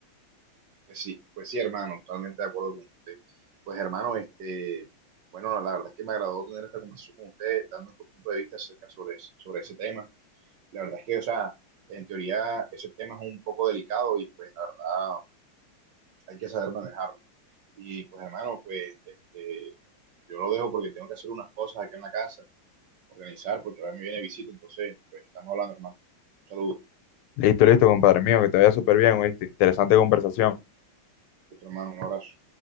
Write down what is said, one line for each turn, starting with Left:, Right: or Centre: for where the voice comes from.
Right: pues sí, pues sí, hermano, totalmente de acuerdo con usted. Pues, hermano, este, bueno, la verdad es que me agradó tener esta conversación con usted, dando nuestro punto de vista acerca sobre, ese- sobre ese tema. La verdad es que, o sea, en teoría, ese tema es un poco delicado y, pues, la verdad, hay que saber manejarlo. Y pues hermano, pues este, yo lo dejo porque tengo que hacer unas cosas acá en la casa, organizar, porque ahora me viene visita, entonces pues estamos hablando hermano. Un saludo,
Left: Listo, listo, compadre mío, que te vaya súper bien, ¿oíste? Interesante conversación.
Right: nuestro hermano, un abrazo.